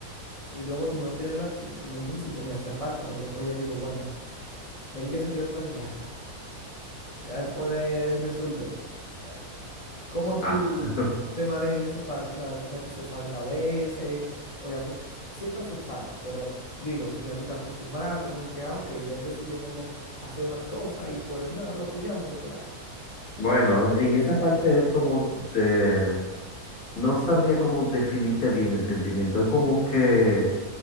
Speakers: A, on the left (about 50°); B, on the left (about 65°).
A: Y luego no tenerlo aquí, en un principio me hacía falta, pero después ya digo, bueno, él que se quede por allá, ya él puede resolver. Ya. ¿Cómo tú
B: Ah,
A: te manejas en esa parte? O sea, quizás te hace falta a veces, o ya tú, siempre hacen falta, pero digo, si ya tú te acostumbraste, como que, ah, ok, ya él decidió cómo hacer otras cosas y pues nada, lo apoyamos en lo que la haga.
B: bueno, en esa parte es como de No sabría cómo definirte bien el sentimiento. Es como que,